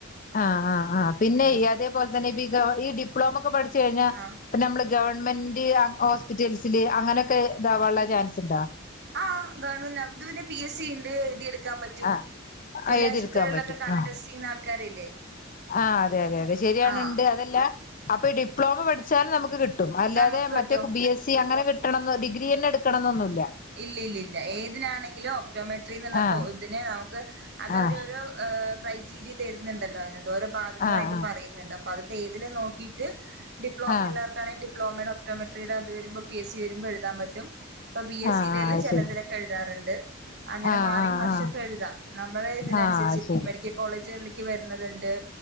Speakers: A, on the left; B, on the right.
A: ആഹ് ആഹ് ആഹ് പിന്നെഈ
B: ഉം
A: അതേപോലെന്നെ ഈ ഡിപ്ലോമ ഒക്കെ പഠിച്ചു കഴിഞ്ഞാ
B: ആഹ്
A: ഇപ്പ നമ്മള് ഗവൺമെന്റ് ഹോസ്പിറ്റൽസില് അങ്ങനെയൊക്കെ ഇതാ വള്ള ചാൻസ് ഉണ്ടാ
B: ആഹ് ഗവൺമെന്റ് ഇതു പിന്നെ പി എസ് സി ഉണ്ട് എഴുതിയ എടുക്കാൻ പറ്റും
A: ആഹ്
B: ജില്ലാശുപത്രികളിലൊക്കെ
A: ആഹ് എഴുതിയെടുക്കാൻ പറ്റും
B: കണ്ണ്
A: ആഹ്
B: ടെസ്റ്റ് ചെയ്യുന്ന ആൾക്കാരില്ലേ
A: ആഹ് അതെ അതെ അതെ ശരിയാണ്
B: ആഹ്
A: ഇണ്ട് അതല്ല അപ്പൊ ഡിപ്ലോമ പഠിച്ചാലും നമുക്ക് കി കിട്ടും അല്ലാതെ
B: നമുക്ക് കിട്ടും
A: മറ്റേ ബി എസ് സി അങ്ങനെ കിട്ടണംമോ ഡിഗ്രി തന്നെ എടുക്കണന്നൊന്നുല്ല
B: ഇല്ലില്ലില്ല ഏതിനാണെങ്കിലു ഒപ്റ്റോമെട്രി ന്ന്ള്ള
A: ആഹ്
B: കോ തിനെ നമുക്ക് അതവര്
A: ആഹ്
B: ഓരോ. എഹ് ക്രൈറ്റീരിയ തര്ന്നുണ്ടല്ലോ അത് ഓല ഭാഗങ്ങളായിട്ട്
A: ആഹ്
B: പറയുന്ന്ണ്ട് അപ്പത്. തേതില നോക്കിട്ട് ഡിപ്ലോമെല്ല.
A: ആഹ്
B: ക്കാണെങ് ഡിപ്ലോമയുടെ ഒപ്റ്റോമെട്രിയുടെ അതു വരുമ്പോ പി എസ് സി വരുമ്പ എഴുതാപറ്റും പ്പൊ ബി എസ്.
A: ആഹ് ആഹ് ആഹ്
B: സീരിയല്
A: അത്
B: ചിലതിലൊക്കെ
A: ശരി
B: എഴുതാറുണ്ട്. അങ്ങനെ
A: ആഹ്
B: മാറി
A: ആഹ്
B: മർച്ചൊക്കെ
A: ആഹ്
B: എഴുതാം നമ്മള് ഇതിനൻസര്ച്ചിരിക്ക്യും
A: ആഹ് അത് ശരി
B: മെഡിക്ക കോളേജുകളിൽക്ക് വര്ണത്ണ്ട്.